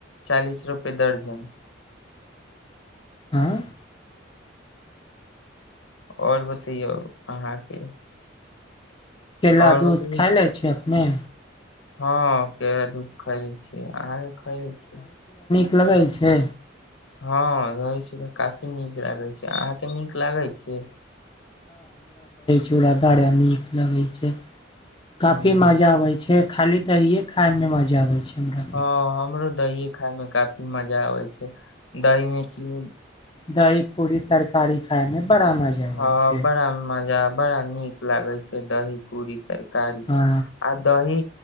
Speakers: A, on the left (about 85°); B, on the left (about 25°).
A: चालीस रुपे दर्जन
B: आँ
A: आओर बतैयो अहाँके
B: केेल
A: और
B: दूध
A: बतैयौ
B: खायइ ले छी नहि
A: हँ केरा दूध खैले छियै अहाँके खैले छिय
B: लगइ छै
A: हँ रहै छी काफी नीक लागे छै से अहाँके नीक लागै छै
B: ओरा बड़ा नीक लगै छै काफी
A: हम्म।
B: मजा आबै छै खाली दहिए खाइमे मजा आबै छै हमरा
A: हँ हमरो दहिए खाइमे काफी मजा आबै छै दही मिर्ची मिल
B: दही पूरी तरकारी खाायमे बड़ा मजा आबै
A: हँ
B: छै
A: बड़ा मजा बड़ा निक लागे छै दही पूड़ी तर कारी
B: हँ
A: आ दही